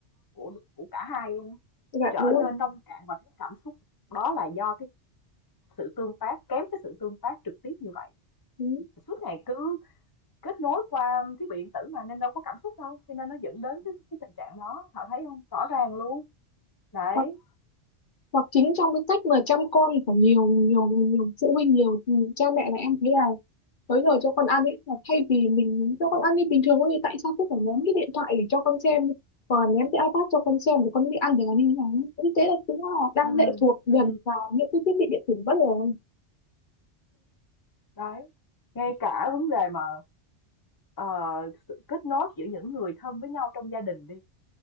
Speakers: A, on the left; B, on the left.
A: của của cả hai luôn
B: bạn
A: trở
B: đúng không
A: nên nông cạn và thiếu cảm xúc đó là do cái sự tương tác kém cái sự tương tác trực tiếp như vậy
B: ừ.
A: suốt ngày cứ kết nối qua thiết bị điện tử mà nên đâu có cảm xúc đâu cho nên nó dẫn đến cái, cái tình trạng đó họ thấy không rõ ràng luôn đấy
B: hoặc, hoặc chính trong cái cách mà chăm con của nhiều nhiều nhiều phụ huynh nhiều cha mẹ là em thấy là tới giờ cho con ăn ấy là thay vì mình cho con ăn đi bình thường thôi thì tại sao cứ phải ném cái điện thoại để cho con xem và ném cái iPad cho con xem để con đi ăn để làm như thế nào ấy. như thế là cũng là đang
A: ừ,
B: lệ thuộc dần
A: ừ,
B: vào những cái thiết bị điện tử bất ngờ
A: đấy ngay cả vấn đề mà ờ, sự kết nối giữa những người thân với nhau trong gia đình đi